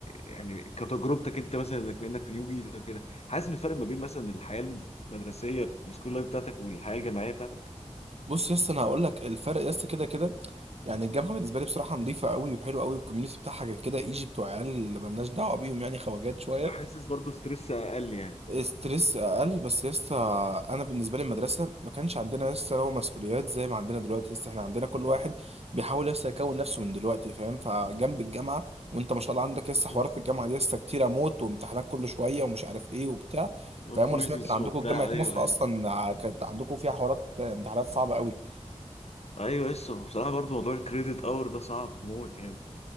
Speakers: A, on the left; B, on the right.
A: يعني كتجربتك انت مثلا انك انك في نيو جيزه كده حاسس بالفرق ما بين مثلا الحياه المدرسيه السكول لايف بتاعتك والحياه الجامعيه بتاعتك
B: بص يا اسطى انا هقول لك الفرق يا اسطى كده كده يعني الجامعه بالنسبه لي بصراحه نظيفه قوي وحلوه قوي الكوميونتي بتاعها كده كده ايجي بتوع عيال اللي مالناش دعوه بيهم يعني خواجات شويه
A: وحاسس برضو ستريس اقل يعني
B: ستريس اقل بس يا اسطى انا بالنسبه لي المدرسه ما كانش عندنا يا اسطى لو مسؤوليات زي ما عندنا دلوقتي يا اسطى احنا عندنا كل واحد بيحاول يا اسطى يكون نفسه من دلوقتي فاهم فجنب الجامعه وانت ما شاء الله عندك يا اسطى حوارات
A: مم.
B: الجامعه دي يا اسطى كتيره موت وامتحانات كل شويه ومش عارف ايه وبتاع
A: وكويزز
B: فاهم وانا سمعت ان عندكم
A: وبتاع
B: جامعه
A: ايوه
B: مصر
A: ايوه
B: اصلا كانت عندكم فيها حوارات امتحانات صعبه قوي
A: ايوه لسه بصراحه برضو موضوع الكريدت اور ده صعب موت يعني